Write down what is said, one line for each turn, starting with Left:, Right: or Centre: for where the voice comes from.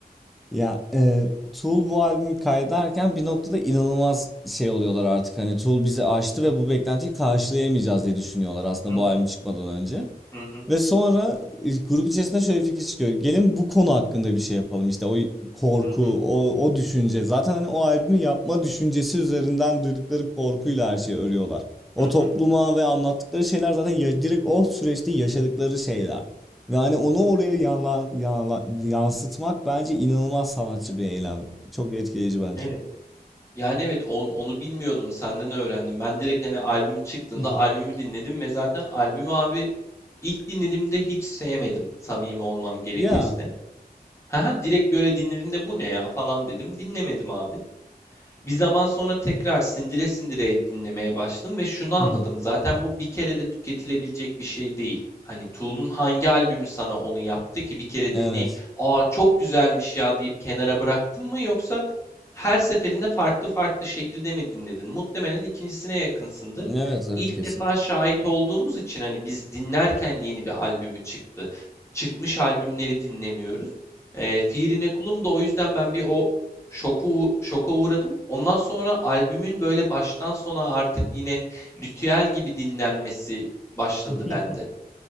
Centre: Ya e, Tool bu albümü kaydederken bir noktada inanılmaz şey oluyorlar artık. Hani Tool bizi aştı ve bu beklentiyi karşılayamayacağız diye düşünüyorlar aslında
Left: Hı hı
Centre: bu albüm çıkmadan önce.
Left: hı hı
Centre: Ve sonra e, grup içerisinde şöyle bir fikir çıkıyor. Gelin bu konu hakkında bir şey yapalım. İşte o korku,
Left: hı hı.
Centre: o, o düşünce. Zaten hani o albümü yapma düşüncesi üzerinden duydukları korkuyla her şeyi örüyorlar. O
Left: hı
Centre: topluma
Left: hı.
Centre: ve anlattıkları şeyler zaten ya- direkt o süreçte yaşadıkları şeyler. Ve hani onu oraya yanla- yanla- yansıtmak bence inanılmaz sanatçı bir eylem. Çok etkileyici bence.
Left: Evet. Yani evet on- onu bilmiyordum senden öğrendim. Ben direkt hani albüm çıktığında
Centre: <laughs>
Left: albümü dinledim ve zaten albümü abi ilk dinlediğimde hiç sevmedim samimi olmam gerekirse.
Centre: Ya.
Left: Ha direkt böyle dinledim de bu ne ya falan dedim. Dinlemedim abi. Bir zaman sonra tekrar sindire sindire dinlemeye başladım ve şunu anladım.
Centre: <laughs>
Left: Zaten bu bir kere de tüketilebilecek bir şey değil. Hani Tool'un hangi albümü sana onu yaptı ki bir kere
Centre: Evet.
Left: dinleyip "Aa çok güzelmiş ya" deyip kenara bıraktın mı yoksa her seferinde farklı farklı şekilde mi dinledin? Muhtemelen ikincisine yakınsındır.
Centre: Evet, evet
Left: İlk
Centre: kesin.
Left: defa şahit olduğumuz için hani biz dinlerken yeni bir albümü çıktı. Çıkmış albümleri dinlemiyoruz. E, Fiirine Kulum da o yüzden ben bir o şoku şoka uğradım. Ondan sonra albümün böyle baştan sona artık yine ritüel gibi dinlenmesi başladı
Centre: <laughs>
Left: bende.